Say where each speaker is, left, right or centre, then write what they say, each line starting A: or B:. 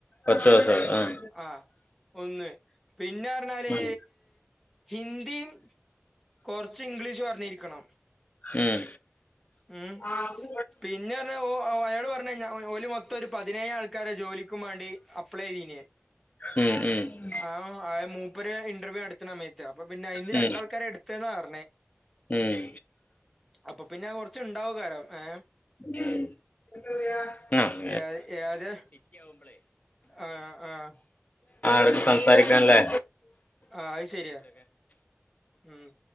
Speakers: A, on the left (about 35°); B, in the centre.
A: പത്ത് പാസ്സാവ ഏം
B: ആ ഒന്ന് പിന്നെറഞ്ഞാല്
A: ഉം
B: ഹിന്ദിയും കൊറ്ച്ച് ഇംഗ്ലീഷും അറിഞ്ഞിരിക്കണം
A: ഉം
B: ഉം
A: ആഹു
B: പിന്നെ പറഞ്ഞാ ഓ ഓ അയാള് പറഞ്ഞെഴിഞ്ഞ ഓ ഓല് മൊത്തം ഒരു പതിനേഴ് ആൾക്കാരെ ജോലിക്കും മാണ്ടി അപ്പ്ളെ യെയ്തീനെ
A: ഉം ഉം
B: ആവും ആ മൂപ്പര് ഇന്റർവ്യൂ നടത്ത്ണ സമയത്ത് അപ്പൊ പിന്നെ അയീന്ന്
A: ഉം ഉം
B: രണ്ടാൾക്കാരെ എടുത്ത്ന്നാ പറ്ണേ
A: ഉം
B: അപ്പൊ പിന്നെ അത് കൊറച്ചുണ്ടാവും കാലം ഏ
A: <unintelligible> <unintelligible> ഉം
B: ഏത് ഏത് ആഹ് ആഹ്
A: <unintelligible> സംസാരിക്കാ ല്ലെ
B: ആഹ് അത് ശരിയാ ഉം